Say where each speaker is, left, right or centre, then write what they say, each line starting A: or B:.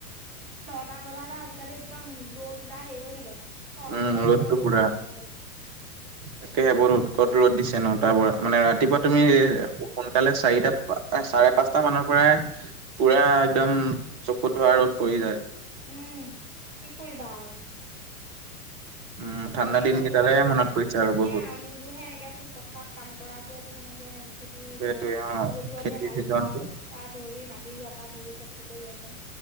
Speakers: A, on the right; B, on the right.
A: ছটা বজাতে আজিকালি একদম ৰ'দ ওলাই হেৰি হৈ থাকে, ছটা
B: উম
A: বজাতে
B: ৰ'দটো
A: তোমাৰ ৰ'দ
B: পুৰা
A: ডাঙৰকে ওলাই।
B: তাকেহে বহুত উৎকট ৰ'দ দিছে ন, তাৰপৰা মানে ৰাতিপুৱা তুমি সোনকালে চাৰিটা, চাৰে পাঁচটা মানৰ পৰাই পুৰা একদম চকুত ধৰা ৰ'দ পৰি যায়।
A: উম, কি কৰিবা আৰু?
B: উম
A: তেনেকেই
B: ঠাণ্ডা দিন
A: চলিব
B: কেইটালে
A: লাগিব এতিয়া,
B: মনত পৰিছে আৰু
A: এতিয়া
B: বহুত
A: আমিবোৰহে এনেকে আছোঁ, পথাৰত কাম কৰা বোৰৰ টো তেনেকে খেতি এতিয়া,
B: সেইটোৱে অ
A: ৰ'দতে
B: খেতিৰ
A: হাল
B: চিজনটো
A: বোৱা বা ধৰি মাটি ৰুৱা পাত ধৰিছে, <unintelligible> আছে।